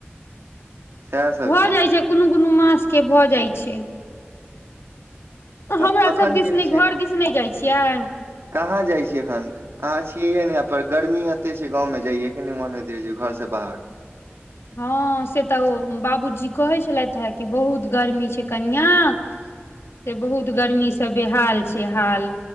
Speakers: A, on the right; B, on the left.
A: सएह सब
B: ह भऽ जाइ छै कोनो कोनो मासके भऽ जाइ छै हमरा
A: आब एखन
B: सब दिसनै
A: के छै
B: घर दिसनै जाइ छियै
A: कहाँ जाइ छी अखन अहाँ छियै हे ने पर गर्मी ते छै गाँवमे जाइयए के नहि मन होइत रहै छै घर से बाहर
B: हँ से तऽ ओ बाबूजी कहै छलैथ हे कि बहुत गर्मी छै कनिआ से बहुत गर्मी से बेहाल छै हाल